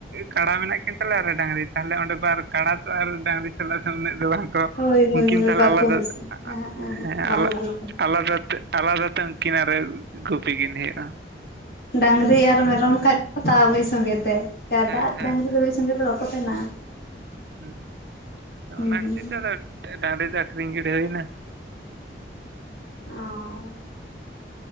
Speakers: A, on the right; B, on the left.
A: ᱠᱟᱲᱟ ᱢᱮᱱᱟᱜ ᱠᱤᱱ ᱛᱟᱞᱮᱭᱟ ᱟᱨᱚ ᱰᱟᱹᱝᱨᱤ ᱛᱟᱦᱞᱮ ᱚᱸᱰᱮ ᱵᱟᱨ ᱠᱟᱲᱟ ᱛᱚ ᱟᱨ ᱰᱟᱹᱝᱨᱤ ᱥᱟᱞᱟᱜ ᱥᱮ ᱩᱱᱟᱹᱜ ᱫᱚ ᱵᱟᱝ
B: ᱦᱳᱭ ᱦᱳᱭ
A: ᱩᱱᱠᱤᱱ
B: ᱦᱳᱭ
A: ᱛᱟᱦᱚᱞᱮ
B: ᱵᱟᱠᱚ
A: ᱟᱞᱟᱫᱟ
B: ᱢᱮᱥᱟᱜᱼᱟ ᱮᱦᱮᱸᱜ ᱮᱦᱮᱸᱜ
A: ᱦᱮᱸ
B: ᱵᱟᱝ
A: ᱟᱞᱟ
B: ᱜᱟᱱᱚᱜᱼᱟ
A: ᱟᱞᱟᱫᱟ ᱛᱮ ᱟᱞᱟᱫᱟ ᱛᱮ ᱩᱱᱠᱤᱱ ᱟᱨᱚ ᱜᱩᱯᱤ ᱠᱤᱱ ᱦᱩᱭᱩᱜ᱾
B: ᱰᱟᱹᱝᱨᱤ ᱟᱨ ᱢᱮᱨᱚᱢ ᱠᱷᱟᱡ ᱛᱟᱣ ᱢᱤᱫ ᱥᱚᱸᱜᱮ ᱛᱮ, ᱠᱟᱰᱟ
A: ᱦᱮᱸ
B: ᱟᱨ
A: ᱦᱮᱸ
B: ᱰᱟᱹᱝᱨᱤ
A: ᱦᱮᱸ
B: ᱫᱚ ᱢᱤᱫ ᱥᱚ ᱥᱚᱸᱜᱮ ᱫᱚ ᱵᱟᱠᱚ ᱛᱟᱦᱮᱸᱱᱟ᱾
A: ᱦᱩᱸ ᱟᱫᱚ
B: ᱦᱩᱸ
A: ᱚᱱᱟ ᱠᱷᱟᱹᱛᱤᱨ ᱛᱮ ᱟᱫᱚ ᱰᱟᱹᱝᱨᱤ ᱫᱚ ᱟᱹᱠᱷᱨᱤᱧ ᱜᱤᱰᱤ ᱦᱩᱭᱱᱟ᱾
B: ᱚᱸ᱾